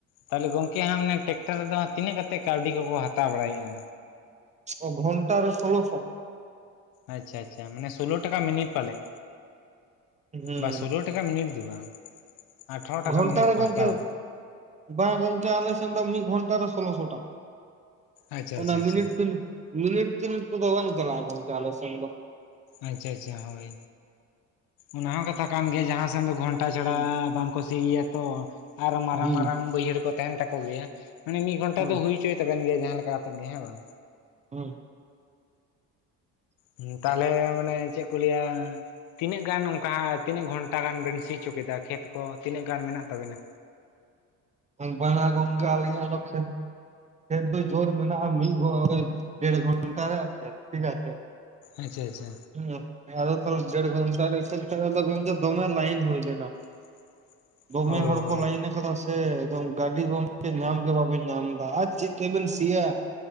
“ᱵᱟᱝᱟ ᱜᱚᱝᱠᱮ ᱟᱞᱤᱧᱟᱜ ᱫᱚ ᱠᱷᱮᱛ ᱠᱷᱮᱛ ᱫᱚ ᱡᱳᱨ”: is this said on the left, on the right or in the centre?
Right